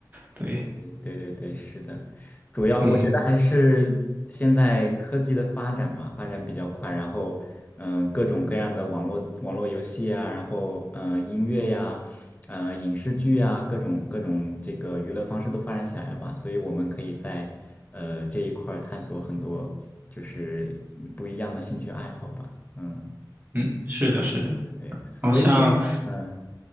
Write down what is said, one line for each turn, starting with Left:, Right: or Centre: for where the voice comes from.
Right: 对，
Left: 对对对，是的，主要我觉得还是现在科技的发展嘛，
Right: 嗯
Left: 发展比较快，然后嗯，各种各样的网络网络游戏啊，然后嗯，音乐呀，呃，影视剧啊，各种各种这个娱乐方式都发展起来了吧，所以我们可以在呃这一块儿探索很多就是不一样的兴趣爱好吧，嗯，
Right: 嗯，是的，是的。
Left: 对，
Right: 好像，
Left: 我一天嗯。